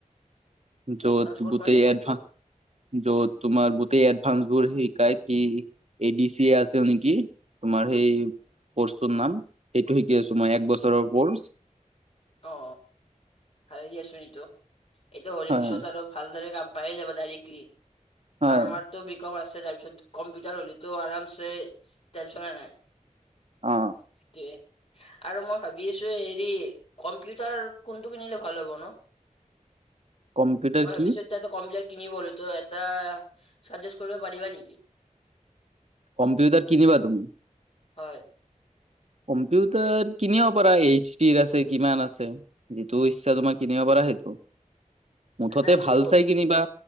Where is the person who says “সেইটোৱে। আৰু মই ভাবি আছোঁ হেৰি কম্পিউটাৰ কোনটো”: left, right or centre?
Left